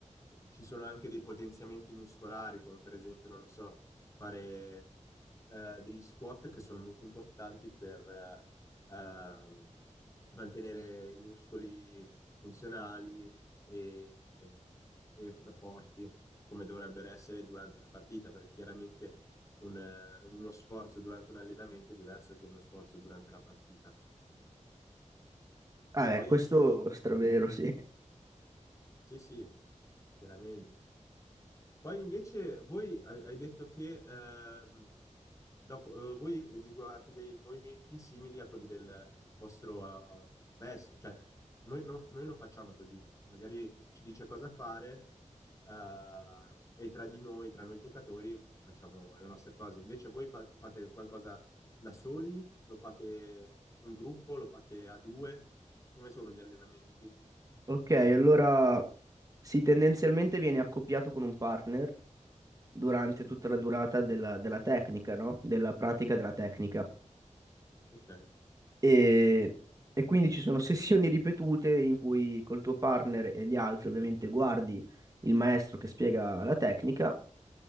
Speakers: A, on the left; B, on the right.
A: ci sono anche dei potenziamenti muscolari, come per esempio, non lo so, fare eh, degli squat che sono molto importanti per eh, ehm, mantenere i muscoli funzionali e, e- e forti, come dovrebbero essere durante una partita, perché chiaramente un, eh, uno sforzo durante un allenamento è diverso che uno sforzo durante la partita.
B: Ah,
A: Poi,
B: eh, questo è stravero, sì.
A: sì, sì, chiaramente. Poi invece voi hai hai detto che ehm, dopo, eh, voi eseguivate dei movimenti simili a quelli del vostro eh, maestro, cioè noi non, noi non facciamo così, magari ci dice cosa fare eh, e tra di noi, tra noi giocatori, facciamo le nostre cose. Invece voi fa- fate qualcosa da soli, lo fate in gruppo, lo fate a due, come sono gli allenamenti?
B: Ok, allora sì, tendenzialmente viene accoppiato con un partner durante
A: Ok,
B: tutta la durata della, della tecnica, no? Della pratica della tecnica.
A: ok.
B: E, e quindi ci sono sessioni ripetute in cui col tuo partner e gli altri ovviamente guardi il maestro che spiega la tecnica,